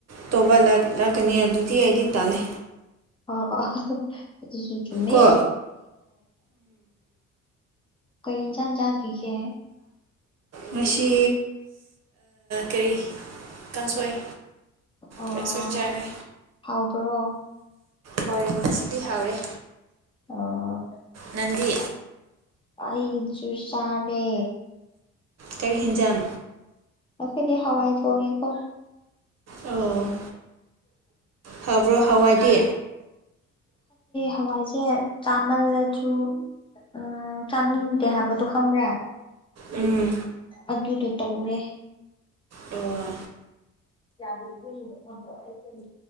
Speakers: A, on the right (about 60°); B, on the left (about 15°).
A: ꯇꯧꯕ ꯂꯥꯛꯀꯅꯤ ꯑꯗꯨꯗꯤ ꯑꯩꯗꯤ ꯇꯥꯜꯂꯦ
B: ꯑꯥ ꯑꯥ ꯑꯗꯨꯁꯨ ꯆꯨꯝꯃꯦ
A: ꯀꯣ
B: ꯀꯩ ꯏꯟꯁꯥꯡ ꯆꯥꯡꯒꯒꯦ
A: ꯃꯁꯤ ꯀꯔꯤ ꯀꯥꯡꯁꯣꯏ
B: ꯑꯣ
A: ꯀꯥꯡꯁꫭꯏ ꯆꯔꯦ
B: ꯍꯥꯎꯕ꯭ꯔꯣ
A: ꯍꯣꯏ ꯃꯁꯤꯗꯤ ꯍꯥꯎꯔꯦ
B: ꯑꯣ
A: ꯅꯗꯤ
B: ꯑꯩꯁꯨ ꯆꯥꯔꯦ
A: ꯀꯔꯤ ꯍꯤꯖꯥꯟ
B: ꯉꯁꯤꯗꯤ ꯍꯋꯥꯏ ꯊꫭꯡꯉꯦꯀꯣ
A: ꯑꯣ ꯍꯥꯎꯕ꯭ꯔꯣ ꯍꯋꯥꯏꯗꯤ
B: ꯍꯋꯥꯏ ꯀꯦ ꯆꯥꯃꯜꯂꯁꯨ ꯎꯝ ꯆꯥꯅꯤꯡꯗꯦ ꯍꯥꯏꯕꯗꯣ ꯈꯪꯕ꯭ꯔꯥ
A: ꯎꯝ
B: ꯑꯗꯨ ꯑꯗꯨ ꯇꯧꯔꯦ
A: ꯑꯣ
B: ꯌꯥꯗ꯭ꯔꯦ ꯅꯣꯏ ꯌꯦꯡꯕ ꯅꯪꯈ꯭ꯔꯣ ꯑꯩ ꯀꯔꯤ